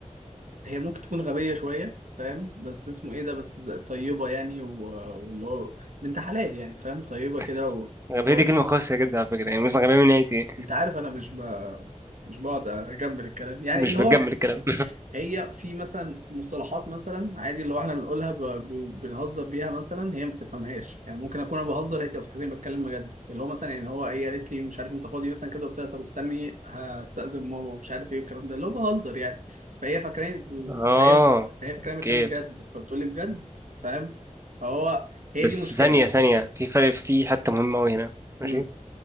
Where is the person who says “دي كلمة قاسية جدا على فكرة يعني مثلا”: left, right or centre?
Right